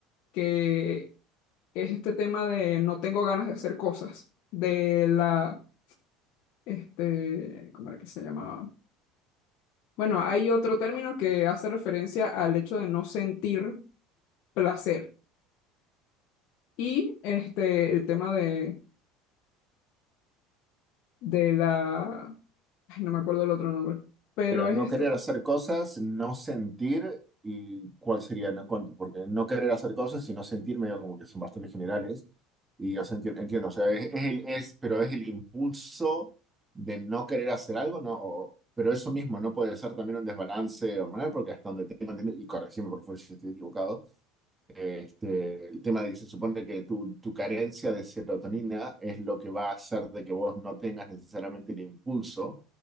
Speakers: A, on the left; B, on the right.
A: que es este tema de no tengo ganas de hacer cosas, de la, este, ¿cómo era que se llamaba? Bueno, hay otro término que hace referencia al hecho de no sentir placer y este, el tema de, de la, ay, no me acuerdo el otro nombre, pero
B: Era
A: es
B: no
A: este,
B: querer hacer cosas, no sentir y cuál sería, no encuentro, porque no querer hacer cosas y no sentir medio como que son bastante generales. Y yo se enti- entiendo, o sea, es, es el, es, pero es el impulso de no querer hacer algo, ¿no? O- pero eso mismo no puede ser también un desbalance hormonal, porque hasta donde tengo entendido, y corregime por favor si estoy equivocado, este, el tema de que se supone que tu, tu carencia de serotonina es lo que va a hacer de que vos no tengas necesariamente el impulso